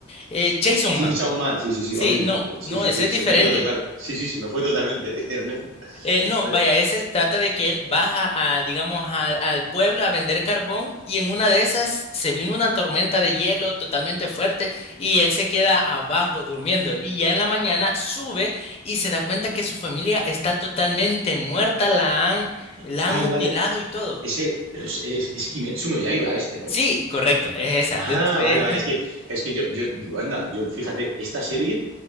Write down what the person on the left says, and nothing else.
Eh, Chainsaw Man.
Sí,
no,
no,
ese
es
diferente.
Eh, no,
vaya, ese trata de que él baja a, digamos, al al pueblo a vender carbón y en una de esas se vino una tormenta de hielo totalmente fuerte y él se queda abajo durmiendo y ya en la mañana sube y se da cuenta que su familia está totalmente muerta, la han, la
han mutilado
y todo.
Sí, correcto, es esa.
Demon Slayer.